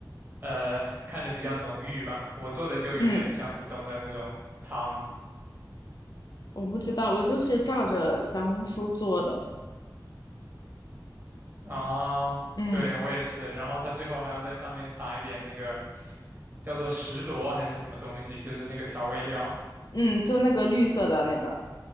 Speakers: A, on the right; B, on the left.
A: 呃看着比较浓郁吧。我做的就有点像普通的那种汤
B: 嗯，我不知道，我就是照着小红书做的。
A: 啊，
B: 嗯。
A: 对我也是。然后它最后还要在上面撒一点那个叫做石螺还是什么东西，就是那个调味料。
B: 嗯，就那个绿色的那个，